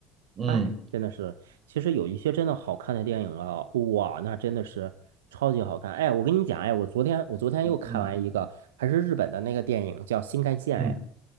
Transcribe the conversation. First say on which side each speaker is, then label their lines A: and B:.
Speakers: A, on the right; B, on the right.
A: 嗯
B: 哎，真的是，其实有一些真的好看的电影啊，哇，那真的是超级好看。哎，我跟你讲，哎，我昨天我昨天又看完一个，
A: 嗯
B: 还是日本的那个电影，叫《新干线》。
A: 嗯，
B: 哎，